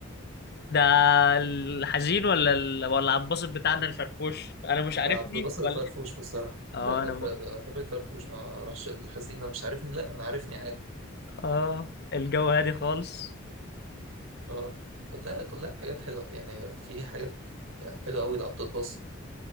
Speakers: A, on the left; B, on the right.
A: ده الحزين ولا ال... ولا عبد الباسط بتاعنا الفرفوش أنا مش عارفني
B: آه، عبد الباسط الفرفوش
A: ولا
B: بصراحة
A: آه
B: لا
A: أنا
B: ف-
A: ب...
B: بحب الفرفوش ما راحش الحزينة مش عارفني لا أنا عارفني عادي
A: اه الجو هادي خالص
B: اه كلها كلها حاجات حلوة يعني في حاجات حلوة أوي لعبد الباسط